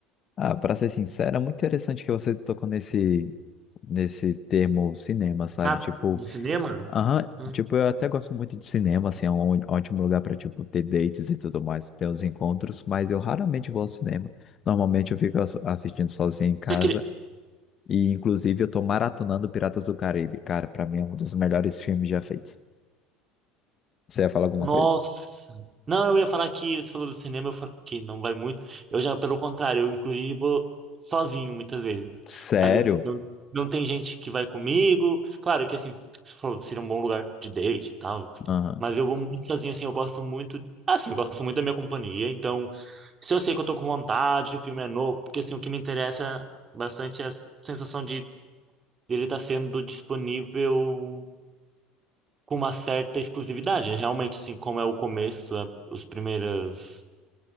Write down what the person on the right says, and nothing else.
Ah,
do cinema?
Hum.
Você, queria-
Nossa.
Não, eu ia falar que você falou do cinema, eu fa- que não vai muito. Eu já, pelo contrário, eu inclusive vou sozinho muitas vezes.
Às vezes não, não tem gente que vai comigo. Claro que assim, você falou, seria um bom lugar de date e tal.
Mas eu vou muito sozinho, assim, eu gosto muito. Assim, eu gosto muito da minha companhia. Então, se eu sei que eu tô com vontade, o filme é novo, porque assim, o que me interessa bastante é a sensação de ele estar sendo disponível com uma certa exclusividade. É Realmente, assim, como é o começo, a- os primeiras